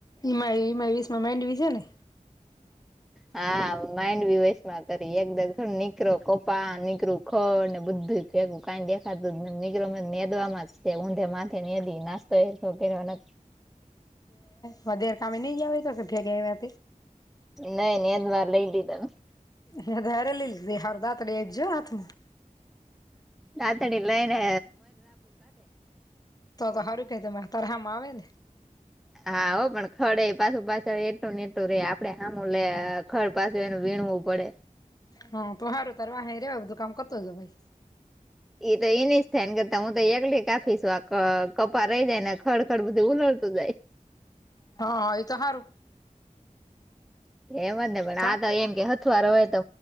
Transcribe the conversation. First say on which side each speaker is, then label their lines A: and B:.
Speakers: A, on the left (about 30°); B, in the centre.
A: હિમાય હમાય વસ માં માંડવી છે ને.
B: હા માઇન્ડ બ વશ માં કરી એકદમ નીકરો કોપા નીકરું. ખ ને બધું ભેગું ક દેખાતું નીકળ ને છે ઊંધે માથેી નાસ તો ખગરવાના.
A: હધેર કામે નઈ જવા તોઠ ગયા.
B: નહી ન અદવાર લ એટધ.
A: હ ધરે લ હરદા તડી આપ આવીજો હામાં.
B: તતાડીલા એને
A: તો તો સારું કે ત તારે હામાં આવે ને
B: હા હો પણ ખડ એ પાછું પાછળ એટલું નેટું રે આપડે આમું લે ખડ પાછું એનું વીણવું પડે.
A: હા તો સારું તાર રેવા બધું કામ કરતોજ ભાઈ
B: એ તો એની થાય ને કરતા હું તો એકલી કાપીશું આ કપા રહી જાય ને ખડ ખડ બધું ઉલડતું જાય
A: હા એ તો હારું.
B: એમ જ ને પણ
A: કા
B: આ એમ કે અથવાર હોય તો